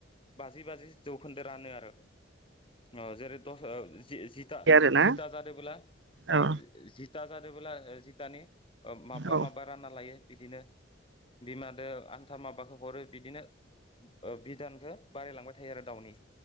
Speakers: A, on the left (about 30°); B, on the right (about 70°).
A: बाजि बाजि जौखोन्दो रानो आरो ओ जेरै दस जि जिथा
B: बिदि आरोना
A: जिथा जादोंब्ला
B: औ
A: अ दा जादोंब्ला जि दानि ओ माबबा
B: औ
A: माबबा रानना लायो बिदिनो। बिमादो आन्था माबाखो हरो बिदिनो बिधानखो बारायलांबाय थायो आरो दाउनि।